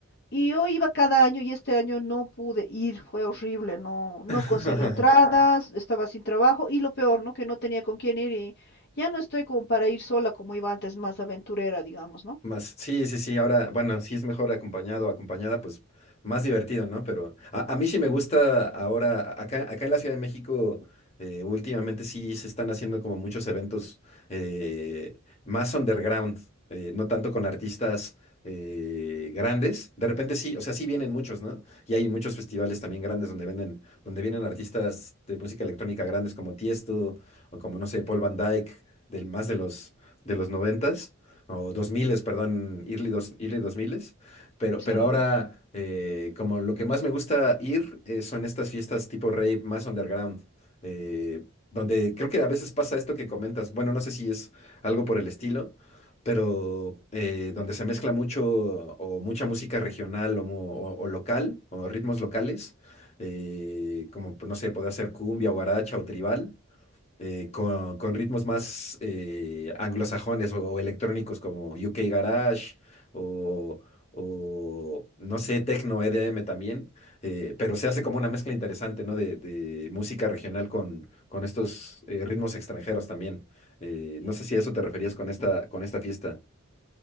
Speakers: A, on the left (about 50°); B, on the left (about 30°).
A: Y yo iba cada año y este año no pude ir, fue horrible, no, no
B: <laughs>
A: conseguí entradas, estaba sin trabajo y lo peor, ¿no? Que no tenía con quién ir y ya no estoy como para ir sola como iba antes, más aventurera, digamos, ¿no?
B: Más, sí, sí, sí, ahora, bueno, si es mejor acompañado o acompañada, pues más divertido, ¿no? Pero a, a mí sí me gusta ahora, acá, acá en la Ciudad de México, eh, últimamente sí se están haciendo como muchos eventos eh, más underground, eh, no tanto con artistas eh, grandes. De repente sí, o sea, sí vienen muchos, ¿no? Y hay muchos festivales también grandes donde venden, donde vienen artistas de música electrónica grandes como Tiesto o como, no sé, Paul Van Dyke, del más de los, de los noventas o 2000, perdón, early, dos, early 2000, pero,
A: Sí.
B: pero ahora eh, como lo que más me gusta ir eh, son estas fiestas tipo rave más underground, eh, donde creo que a veces pasa esto que comentas, bueno, no sé si es algo por el estilo, pero eh, donde se mezcla mucho o mucha música regional o, mu- o- o local o ritmos locales, eh, como pues, no sé, podría ser cumbia, guaracha o tribal eh, con, con ritmos más eh, anglosajones o, o electrónicos como UK Garage o, o, no sé, Tecno EDM también, eh, pero se hace como una mezcla interesante, ¿no? De, de música regional con, con estos eh, ritmos extranjeros también. Eh, no sé si a eso te referías con esta, con esta fiesta.